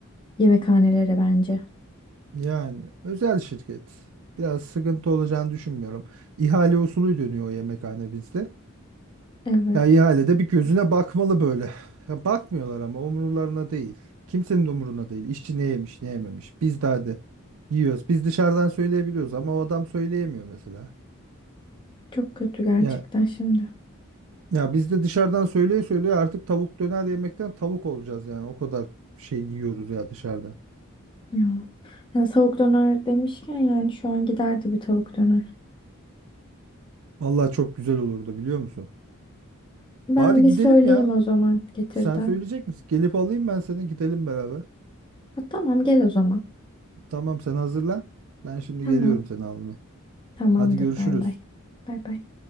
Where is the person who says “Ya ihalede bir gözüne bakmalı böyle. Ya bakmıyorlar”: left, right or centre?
Right